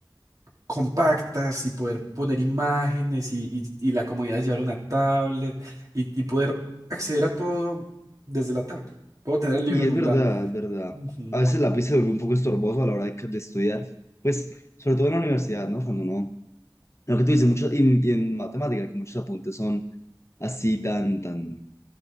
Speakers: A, on the right; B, on the left.
A: compactas y poder poner imágenes y, y- y la comodidad de llevar una tablet y, y poder acceder a todo desde la tablet. Puedo tener el libro
B: Y
A: en
B: es
A: un
B: verdad,
A: lado.
B: es verdad.
A: Ujú.
B: A veces el lápiz se vuelve un poco estorboso a la hora de, de estudiar. Pues, sobre todo en la universidad, ¿no? Cuando no. Lo que tú dices, mucho, y, y en matemáticas, que muchos apuntes son así tan, tan